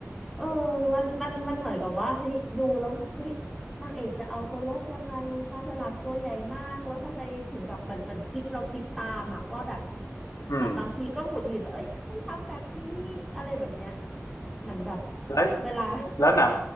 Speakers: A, in the centre; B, on the left.
A: เออมันมันมันเหมือนกับว่าเฮ้ยดูแล้วแบบเฮ้ยนางเอกจะเอาตัวรอดยังไงปลาฉลามตัวใหญ่มากแล้วทำไมถึงแบบเหมือนเหมือนคิดเราคิดตามอะว่าแบบ
B: <laughs> อืม
A: เหมือนบางทีก็หงุดหงิดแบบเอ้ยทำไมทำแบบนี้อะไรแบบเนี้ยเหมือนแบบ
B: แล้ว
A: เวลา
B: แล้วหนัง